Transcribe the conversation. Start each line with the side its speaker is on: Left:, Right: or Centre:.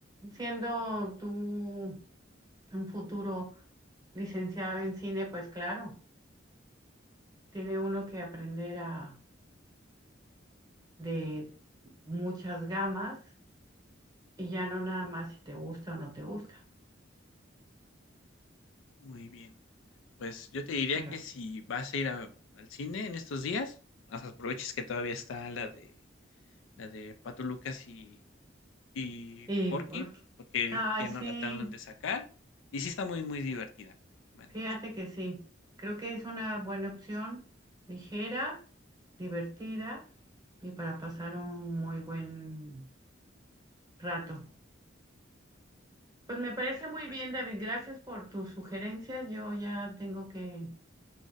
Right: siendo tú. un futuro licenciado en cine, pues claro, tiene uno que aprender a, de muchas gamas y ya no nada más si te gusta o no te gusta.
Left: Muy bien. Pues yo te diría
Right: Pero-
Left: que si vas a ir a- al cine en estos días, o sea, aproveches que todavía está la de la de Pato Lucas y Y
Right: Y
Left: Porky,
Right: por-
Left: porque
Right: ay,
Left: yo creo que ya
Right: sí,
Left: no la terminan de sacar, y sí está muy, muy divertida, por lo que me han
Right: fíjate
Left: dicho.
Right: que sí. Creo que es una buena opción, ligera, divertida y para pasar un muy buen rato. Pues me parece
Left: Al
Right: muy
Left: pues.
Right: bien, David. Gracias por tus sugerencias. Yo ya tengo que